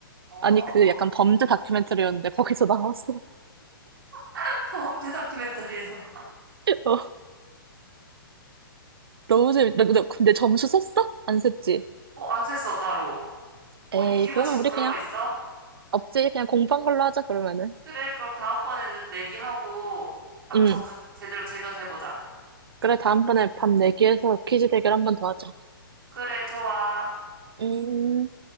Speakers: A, on the right; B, on the right.
A: 어,
B: 아니, 그 약간 범죄 다큐멘터리였는데, 거기서 나왔어.
A: <laughs> 범죄 다큐멘터리에서.
B: <laughs> 어, 너무 재밌다. 근데 근데 점수 썼어? 안 썼지?
A: 어, 안 셌어, 따로. 뭐,
B: 에이,
A: 이기고
B: 그러면
A: 지고
B: 우리
A: 그런
B: 그냥
A: 거 있어?
B: 없지? 그냥 공부한 걸로 하자, 그러면은.
A: 그래, 그럼 다음번에는 내기하고, 딱
B: 응.
A: 점수 제대로 재면서 해보자.
B: 그래, 다음번에 밤 내기해서 퀴즈 대결 한번 더 하자.
A: 그래, 좋아.
B: 음.